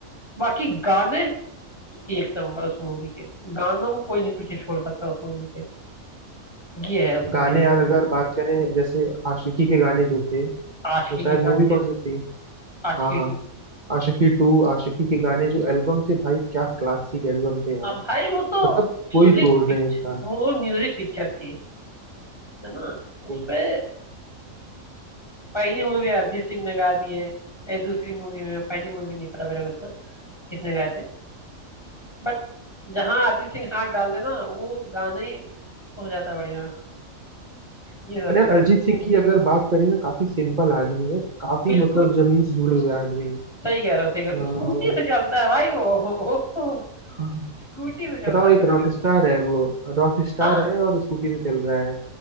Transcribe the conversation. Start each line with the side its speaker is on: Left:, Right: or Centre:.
Left: बाकी गाने एक नंबर उस मूवी के गानों को कोई नहीं पीछे छोड़ सकता उस मूवी के ये है उस मूवी
Right: गाने
Left: का
Right: यार अगर बात करें जैसे आशिकी के गाने जो थे
Left: आशिकी
Right: वो शायद
Left: के
Right: मूवी
Left: गाने भी
Right: कौन सी थी
Left: आशिकी
Right: हाँ हाँ
Left: टू
Right: आशिकी टू आशिकी के गाने जो एल्बम थे भाई क्या क्लासिक एल्बम थे यार
Left: अब भाई वो तो
Right: मतलब कोई
Left: म्यूजिक
Right: तोड़
Left: पिक्चर
Right: नहीं उसका
Left: वो म्यूजिक पिक्चर थी है ना उसपे
Right: हम्म।
Left: पहली मूवी अरिजीत सिंह ने गा दी है ए, दूसरी मूवी में पहली मूवी नहीं पता मेरे को इतना किसने गाए थे बट जहाँ अरिजीत सिंह हाथ डाल देना वो गाना ही हो जाता है बढ़िया ये समझ
Right: और यार
Left: जा-
Right: अरिजीत सिंह की अगर बात करें ना काफी सिंपल आदमी है काफी
Left: बिल्कुल
Right: मतलब जमीन से जुड़े हुए आदमी
Left: सही कह रहे हो सही
Right: है।
Left: कह रहे हो
Right: और
Left: स्कूटी से चलता है भाई वो <laughs> हो, हो,
Right: हाँ हाँ।
Left: स्कूटी से चलता
Right: बताओ
Left: है
Right: एक
Left: सोचो
Right: रॉक स्टार है वो रॉक स्टार
Left: हाँ
Right: है और स्कूटी से चल रहा है